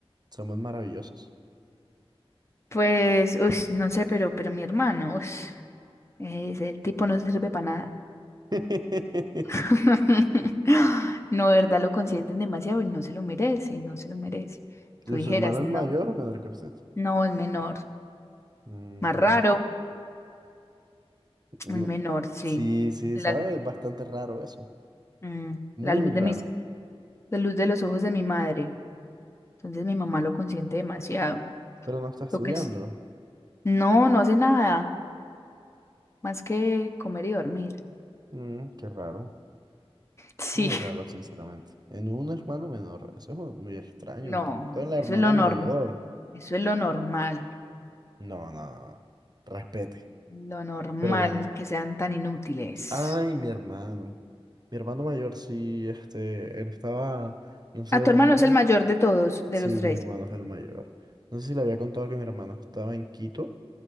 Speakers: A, on the right; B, on the left.
A: somos maravillosos.
B: Pues, ush, no sé, pero, pero mi hermano, ush, ese tipo no sirve para nada.
A: <laughs> ¿Y
B: <laughs> No, de verdad, lo consienten demasiado y no se lo merece, no se lo merece. Tú dijeras,
A: su hermano es
B: no,
A: mayor o menor que usted?
B: no, es menor.
A: Mm,
B: Más raro,
A: no,
B: el menor, sí.
A: sí, sí,
B: La,
A: sabe, es bastante raro eso.
B: mm,
A: Muy
B: la luz
A: raro.
B: de mis, la luz de los ojos de mi madre. Entonces mi mamá lo consiente demasiado.
A: Pero no está estudiando.
B: Lo que es. No, no hace nada más que comer y dormir.
A: Mm, qué raro.
B: Sí.
A: Muy raro, sinceramente. En un hermano menor, eso es mu- muy extraño.
B: No,
A: De pronto en la
B: eso
A: hermana
B: es lo
A: mayor.
B: norm, eso es lo normal,
A: No, no, no. no. Respete.
B: lo normal
A: Pero bueno.
B: que sean tan inútiles.
A: Ay, mi hermano. Mi hermano mayor, sí, este, él estaba, no sé,
B: A
A: no
B: tu
A: me
B: hermano
A: acuerdo.
B: es el mayor de todos, de
A: Sí,
B: los tres.
A: mi hermano es el mayor. No sé si le había contado que mi hermano estaba en Quito